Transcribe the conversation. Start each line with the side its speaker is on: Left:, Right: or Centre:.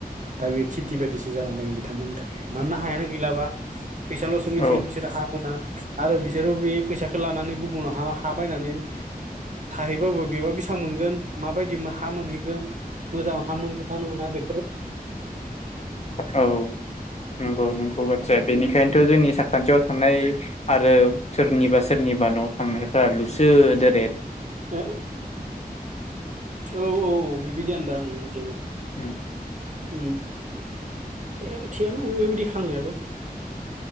Right: दा बे खेथि बादिसो जानानै थाङो बिथांमोननि थाखाय माना हायानो गैलाबा फैसालसो मिथिगोन
Left: औ
Right: बिसोर हा मोना आरो बिसोरो बे फैसाखौ लानानै गुबुनावहा थाबायनानै थाहै बाबो बेसां मोनगोन माबायदि माहा मोनहैगोन मोजां हामोनगोनना मोना बे
Left: औ नंगौ नंगौ बाथ्राया बेनिखायनो थ जोंनि साखान्थियाव थानाय आरो सोरनिबा सोरनिबा नआव थांनायफोरा लुसो दर
Right: औ औ औ बिबायदियनोदां बिदियनो
Left: उम
Right: ओम थियानो बेबायदि खालामनायाबो